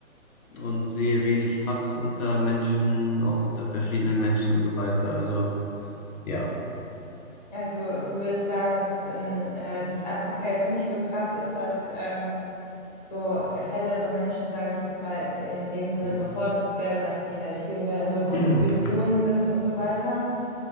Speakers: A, on the left; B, on the left.
A: und sehe wenig Hass unter Menschen, auch unter verschiedenen Menschen und so weiter. Also ja.
B: Also, du würdest sagen, dass es in äh, Südafrika jetzt nicht so krass ist, dass ähm, so hellere Menschen, sage ich jetzt mal, in dem Sinne
A: Mhm.
B: bevorzugt werden, dass die halt viel mehr in so hohen
A: <clears throat>
B: Positionen sind und so weiter.